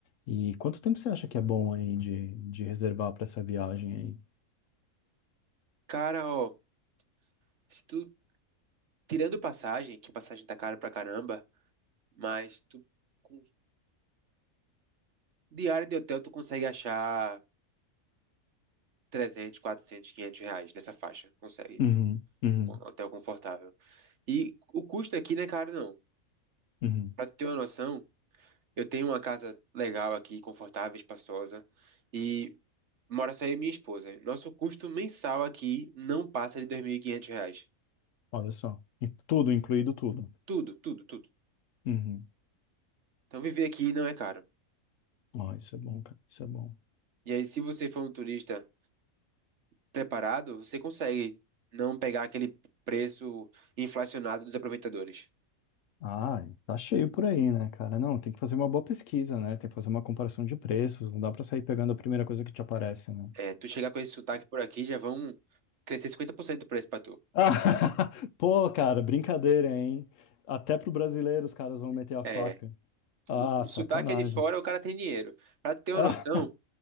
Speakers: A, on the left (about 70°); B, on the right (about 60°).
A: E quanto tempo você acha que é bom aí de, de reservar para essa viagem aí?
B: cara, ó, se tu, tirando passagem, que passagem tá cara pra caramba, mas tu, com diária de hotel, tu consegue achar 300 400 500 reais nessa faixa, consegue.
A: Uhum, uhum,
B: Um hotel confortável. E o custo aqui não é caro, não.
A: uhum,
B: Pra tu ter uma noção, Eu tenho uma casa legal aqui, confortável, espaçosa, e mora só eu e minha esposa. Nosso custo mensal aqui não passa de 2.500 reais.
A: Olha só, E tudo, incluído tudo.
B: Tudo, tudo, tudo.
A: uhum.
B: Então viver aqui não é caro.
A: Ó, isso é bom, cara, isso é bom.
B: E aí, se você for um turista preparado, você consegue não pegar aquele preço inflacionado dos aproveitadores.
A: Ah, tá cheio por aí, né, cara? Não, tem que fazer uma boa pesquisa, né? Tem que fazer uma comparação de preços, não dá para sair pegando a primeira coisa que te aparece, né?
B: É, tu chegar com esse sotaque por aqui, já vão crescer 50% do preço pra tu.
A: Ah, <laughs> pô, cara, brincadeira, hein? Até pro brasileiro os caras vão meter a
B: É,
A: faca.
B: tu-
A: Ah,
B: o
A: sacanagem.
B: sotaque é de fora,
A: <laughs>
B: o cara tem dinheiro. Pra tu ter
A: Ah,
B: uma noção,